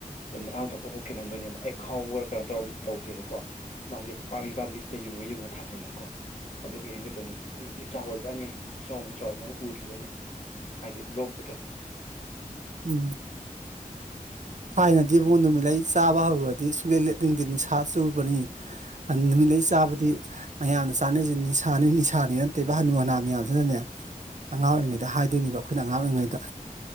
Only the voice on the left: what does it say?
ꯑꯗꯨꯝ ꯃꯁꯥ ꯊꯣꯛꯄ ꯄꯣꯠꯈꯤꯜꯂꯝꯗꯣꯏꯅꯦꯕ ꯍꯦꯛ ꯈꯥꯎꯕ ꯀꯩꯅꯣ ꯇꯧꯔ ꯇꯧꯗꯦꯕꯀꯣ ꯃꯥꯒꯤ ꯄꯥꯝꯕꯤ ꯄꯥꯝꯕꯤꯁꯤꯗ ꯌꯨꯡꯉ ꯌꯨꯡꯉ ꯊꯝꯃꯦꯗꯕ ꯀꯣ ꯑꯗꯨꯒꯤ ꯑꯩꯒꯗꯅꯤ ꯑꯗꯨꯝ ꯌꯥꯝ ꯆꯥꯎꯕꯖꯥꯠꯅꯤ ꯑꯩ ꯈꯨꯆꯥꯎ ꯑꯃ ꯆꯥꯎꯥꯎꯋ ꯅꯪ ꯎꯗ꯭ꯔꯤꯕꯅꯦ ꯍꯥꯏꯗꯤ ꯂꯣꯛꯄꯗꯣ